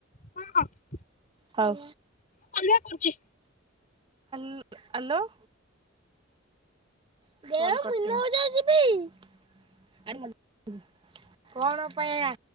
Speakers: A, on the left (about 45°); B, on the right (about 25°).
A: ହଁ ହଁ ମୁଁ
B: ହଉ
A: କଲ୍ ବ୍ୟାକ୍ କରୁଛି।
B: <inaudible> <unintelligible> କଣ ପାଇଁ ଆ